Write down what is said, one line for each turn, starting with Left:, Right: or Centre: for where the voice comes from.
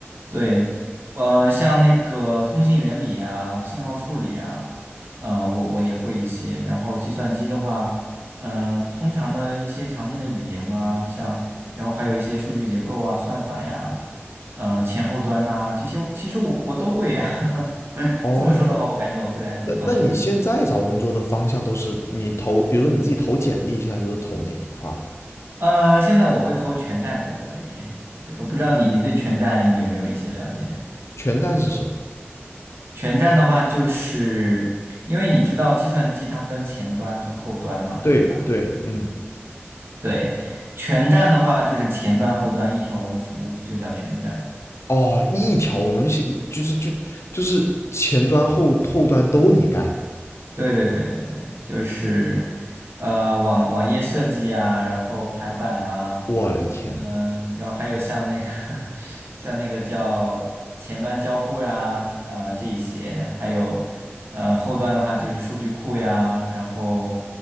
Right: 对，呃，像那个通信原理啊、信号处理啊，呃，我我也会一些。然后计算机的话，嗯、通常的一些常见的语言啊，像然后还有一些数据结构啊、算法呀，呃，前后端呐、这些，其实我我都会呀、<laughs>
Left: 哦，
Right: 这么说的话，我感觉我会的还挺多。
Left: 那那你现在找工作的方向都是你投，比如说你自己投简历，现在都是投哪一块儿？
Right: 呃，现在我会投全站比较多一点。对，我不知道你你对全站有没有一些了解？
Left: 全栈是什么？
Right: 全站的话，就是因为你知道计算机它分前端和后端嘛，
Left: 对对，
Right: 对吧？
Left: 嗯，
Right: 对，全站的话就是前端后端一条龙服务，就叫全站。
Left: 哦，一条龙那是一就是就就是前端后后端都你干，
Right: 对对对对对，就是，呃，网网页设计啊，然后排版啊，
Left: 我的天，
Right: 嗯、然后还有像那个 <laughs> 像那个叫前端交互呀、呃，这一些，还有呃后端的话就是数据库呀，然后